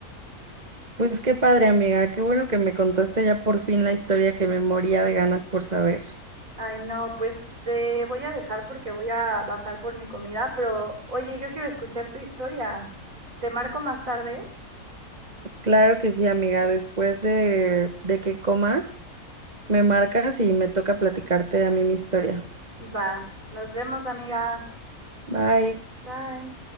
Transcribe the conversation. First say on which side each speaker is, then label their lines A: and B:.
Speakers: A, on the right; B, on the right.
A: Pues qué padre, amiga, qué bueno que me contaste ya por fin la historia que me moría de ganas por saber.
B: Ay, no, pues te voy a dejar porque voy a bajar por mi comida, pero oye, yo quiero escuchar tu historia. ¿Te marco más tarde?
A: Claro que sí, amiga, después de, de que comas, me marcas y me toca platicarte a mí mi historia.
B: Va, nos vemos, amiga.
A: Bye.
B: Bye.